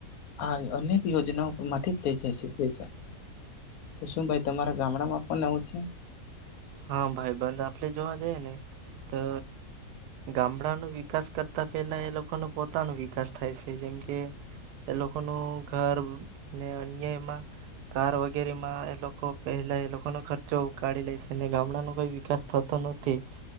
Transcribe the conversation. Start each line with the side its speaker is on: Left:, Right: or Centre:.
Left: આ અનેક યોજનાઓ માંથી જ લઇ જાય છે પૈસા. તો શું ભાઈ તમારા ગામડામાં પન આવું છે?
Right: હા, ભાઈબંધ આપલે જોવા જઈએ ને તો ગામડાનો વિકાસ કરતા પેલા એ લોકો ન પોતાનો વિકાસ થાય સે. જેમ કે, એ લોકોનું ઘર ને અન્ય એમાં કાર વગેરેમાં એ લોકો પહેલા એ લોકોનો ખર્ચો કઢી લે સ અને ગામડાનો કોઈ વિકાસ થતો નથી.